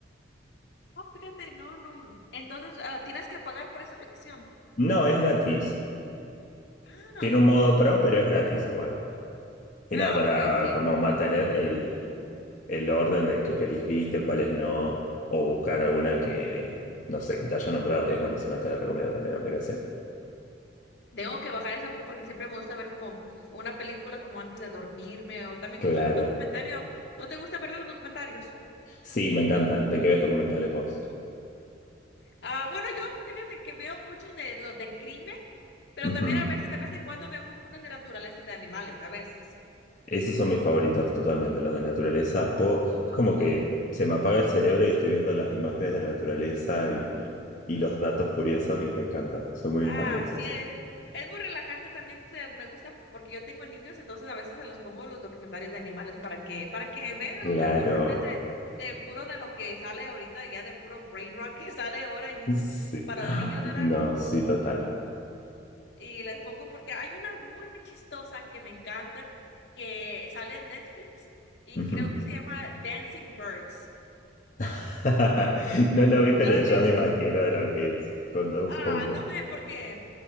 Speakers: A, on the left (about 65°); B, on the left (about 40°).
A: No, fíjate, no, no. Entonces, ah, tienes que pagar por esa aplicación.
B: No, es gratis.
A: Ah,
B: Tiene un modo pro, pero es gratis igual. Y
A: ah,
B: nada, para
A: ok, ok.
B: como mantener el, el orden de qué pelis viste, cuáles no, o buscar alguna que, no sé, que te haya nombrado, es buenísima, te la recomiendo también la aplicación.
A: Tengo que bajar eso porque siempre me gusta ver como una película como antes de dormirme o también
B: Claro.
A: como un documentario. ¿No te gusta ver los documentarios?
B: Sí, me encantan. ¿De qué ves documentales vos?
A: Ah, bueno, yo fíjate que veo muchos de los de crimen, pero
B: Ujú.
A: también a veces, de vez en cuando veo como unos de naturaleza de animales, a veces.
B: Esos son mis favoritos, totalmente, los de naturaleza. Po- es como que se me apaga el cerebro y estoy viendo las imágenes de la naturaleza y, y, y los datos curiosos y me encanta. Soy muy
A: Ah,
B: fan de esos.
A: sí, es, es muy relajante también, ser me gusta porque yo tengo niños, entonces a veces se los pongo los documentales de animales para que, para que vean
B: Claro.
A: otra cosa en vez de, de puro de lo que sale ahorita, ya de puro brain rock que <laughs> sale ahora en YouTube
B: Sí.
A: para
B: <gasps>
A: los niños, ¿verdad?
B: No, sí, total.
A: Y les pongo porque hay una muy chistosa que me encanta, que sale en Netflix y
B: Ujú.
A: creo que se llama Dancing Birds.
B: <laughs> No lo vi, pero
A: ¿No la
B: ya
A: has visto?
B: me imagino de lo que es. Contó
A: Ah,
B: un poco.
A: no, hombre, porque